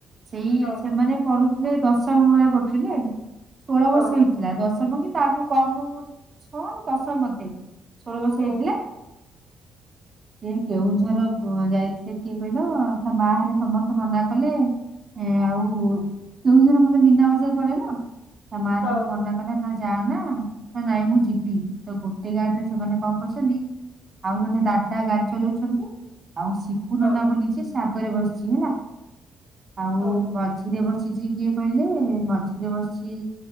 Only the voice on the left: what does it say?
ହଁ
ହଁ
ହଁ
ହଁ
ହଁ
ହଁ